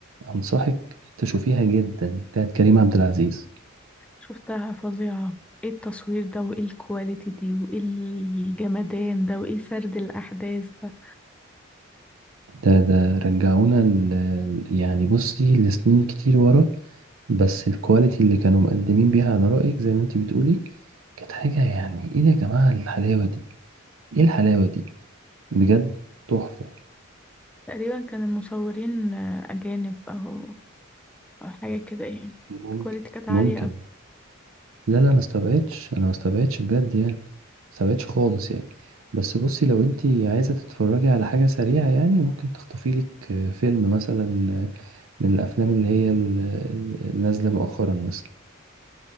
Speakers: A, on the right (about 75°); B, in the centre.
A: أنصحك تشوفيها جدا بتاعت كريم عبد العزيز
B: شفتها فظيعه ايه التصوير ده وايه الكواليتي دي وايه الجمدان ده وايه سرد الاحداث ده
A: ده ده رجعونا ال... يعني بصي لسنين كتير ورا بس الكواليتي اللي كانوا مقدمين بيها على رأيك زي ما انت بتقولي كانت حاجة يعني ايه ده يا جماعة الحلاوة دي ايه الحلاوة دي بجد تحفة
B: تقريبا كان المصورين آه، اجانب او أو حاجه كده يعني
A: ممكن
B: الكواليتي كانت
A: ممكن
B: عاليه أوي.
A: لا لا ما استبعدش انا ما استبعدش بجد يعني ما استبعدش خالص يعني بس بصي لو انت عايزة تتفرجي على حاجة سريعة يعني ممكن تخطفي لك فيلم مثلا من الافلام اللي هي ال- ال- النازلة مؤخرا مثلا